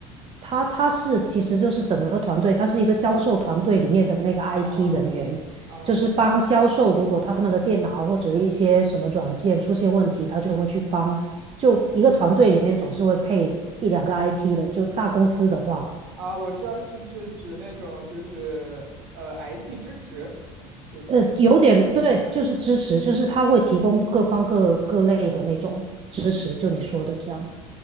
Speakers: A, on the right (about 40°); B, on the right (about 70°).
A: 他他是其实就是整个团队，他是一个销售团队里面的那个 IT
B: 啊
A: 人员，
B: 啊
A: 就是帮销售，如果他们的电脑或者一些什么软件出现问题，他就会去帮。就一个团队里面总是会配一两个 IT 的，就大公司的话。
B: 啊！我知道是不是指那种就是呃 IT 支持这种
A: 呃，有点对，就是支持，就是他会提供各方各各类的那种支持，就你说的这样。